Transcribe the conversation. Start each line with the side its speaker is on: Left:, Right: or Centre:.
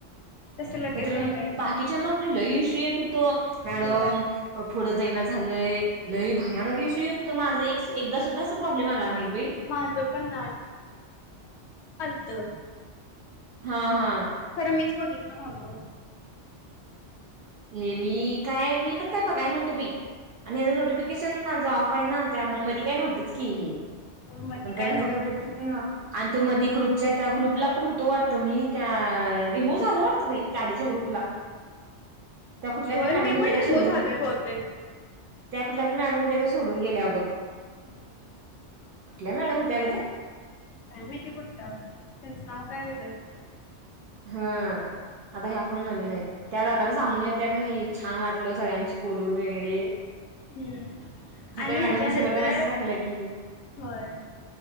Right: नाही
Left: लगेच
Right: तर
Left: याय
Right: मग
Left: पाहिजे
Right: बाकीच्यांना कनी लय इशू येत होत मॅडम
Left: होय.
Right: पुढ <unintelligible> झाल लय भयानक इशू येत होत माझ एक एकदा सुद्धा अस प्रॉब्लेम आला नाही बाई
Left: माझं पण आलत
Right: हा हा
Left: खरं मीच बघितल नव्हतो
Right: हे मी काय मी पण काय बघाय नव्हतो बाई आणि हचं नोटिफिकेशनझ ऑफ आहे ना त्यामुळे मध्ये काय नव्हतंच की हे
Left: मधी
Right: नंतर
Left: काय नव्हतंच.
Right: नोटिफिकेशन आणि तो मधी ग्रुपच्या त्या ग्रुपला पण होतो वाटत मी त्या रिमूव्ह झालो वाटतं बाई आधीच्या ग्रुपला त्या कुठल्या
Left: होय
Right: तर मॅडम
Left: मी
Right: होत्या
Left: पण
Right: त्या
Left: रिमूव्ह
Right: सोडून
Left: झालोय बहुतेक
Right: त्या कुठल्या तर मॅडम होत्या त्या सोडून गेल्या बघ
Left: हम्म
Right: कुठल्या मॅडम होत्या ग त्या
Left: काय माहिती कुठल्या होत्या त्याचं नाव काय वेगळच होत
Right: हा आता ह्या कोण नवीन आहेत? त्या जाताना सांगून गेलत्या का नाही? छान वाटलं सगळ्यांशी बोलून घे रे
Left: हम्म आणि
Right: मॅडम
Left: हच्यानंतर
Right: शेवटला मेसेज
Left: <unintelligible>
Right: टाकलेला की
Left: होय